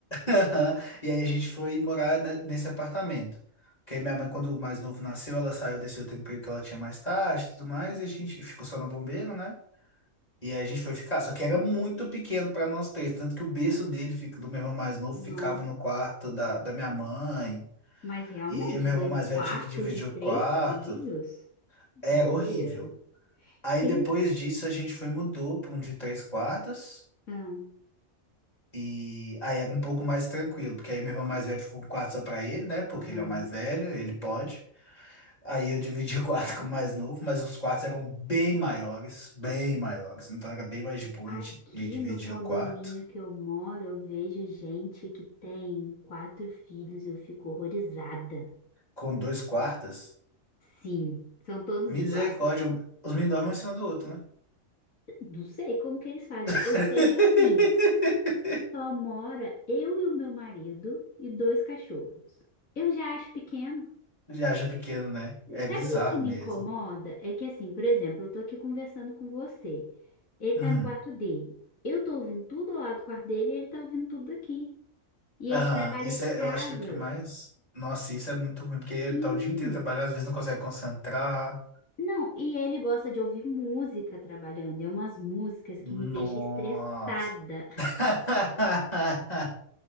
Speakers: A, on the left; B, on the left.
A: <laughs> Aham. E aí a gente foi morar ne- nesse apartamento. Porque aí minha mãe, quando o mais novo nasceu, ela saiu desse outro emprego que ela tinha mais tarde e tudo mais, e a gente ficou só no bombeiro, né? E aí a gente foi ficar, só que era muito pequeno para nós três, tanto que o berço dele, fica- do meu irmão mais novo,
B: Nossa,
A: ficava no quarto da, da minha mãe,
B: mas realmente,
A: e meu
B: dois
A: irmão mais
B: quartos
A: velho tinha que dividir
B: e
A: o
B: três
A: quarto,
B: filhos? Doideira.
A: era horrível. Aí
B: Tem.
A: depois disso a gente foi mudou para um de três quartos,
B: Ah,
A: e aí era um pouco mais tranquilo, porque aí meu irmão mais velho ficou com um quarto só para ele, né, porque
B: aham.
A: ele é o mais velho, ele pode. Aí eu dividi o quarto <laughs> com o mais novo, mas os quartos eram bem maiores, bem maiores, então era bem mais de boa
B: Aqui
A: de de dividir
B: no condomínio
A: o quarto.
B: que eu moro, eu vejo gente que tem quatro filhos, eu fico horrorizada.
A: com dois quartas?
B: Sim, são todos
A: Misericórdia,
B: iguais.
A: os meninos dormem um em cima do outro, né?
B: Não sei como que eles fazem.
A: <laughs>
B: Eu sei que assim. Só mora eu e o meu marido e dois cachorros. Eu já acho pequeno.
A: Ele acha pequeno, né? É bizarro
B: Sabe o que me
A: mesmo.
B: incomoda? É que assim, por exemplo, eu tô aqui conversando com você. Ele
A: Uhum.
B: tá no quarto dele. Eu tô ouvindo tudo lá do quarto dele e ele tá ouvindo tudo aqui. E ele
A: Aham.
B: trabalha
A: Isso
B: de
A: é,
B: casa.
A: eu acho que é o que mais. Nossa, isso é muito ruim, porque ele
B: Sim.
A: tá o dia inteiro trabalhando, às vezes não consegue concentrar.
B: Não, e ele gosta de ouvir música trabalhando. É umas músicas
A: Nossa.
B: que me deixam estressada. <laughs>
A: <laughs>